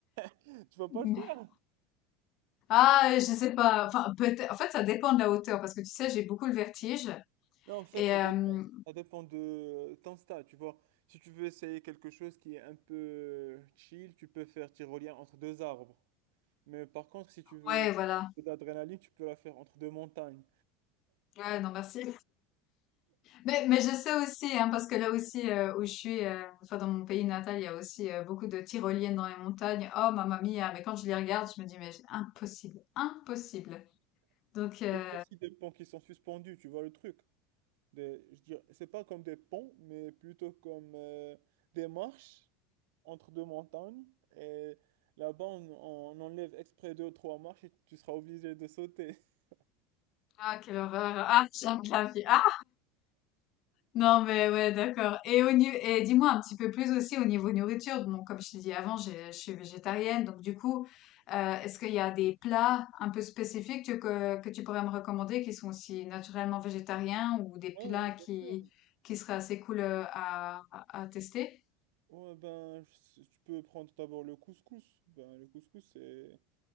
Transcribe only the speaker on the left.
Mais-
Ah, je sais pas. Enfin, peut-être. En fait, ça dépend de la hauteur parce que tu sais, j'ai beaucoup le vertige.
Et
euh,
ouais, voilà.
Ouais, non, merci. Mais, mais je sais aussi, hein, parce que là aussi euh, où je suis, euh, enfin dans mon pays natal, il y a aussi euh, beaucoup de tyroliennes dans les montagnes. Oh mamma mia, mais quand je les regarde, je me dis mais impossible, impossible. Donc euh,
ah quelle horreur, ah j'aime la vie, Ah, Non, mais ouais, d'accord. Et, au niveau, et dis-moi un petit peu plus aussi au niveau nourriture. Bon, comme je t'ai dit avant, j'ai- je suis végétarienne, donc du coup, euh, est-ce qu'il y a des plats un peu spécifiques que, que, que tu pourrais me recommander qui sont aussi naturellement végétariens ou des
plats
qui,
qui seraient assez cool euh, à, à, à tester?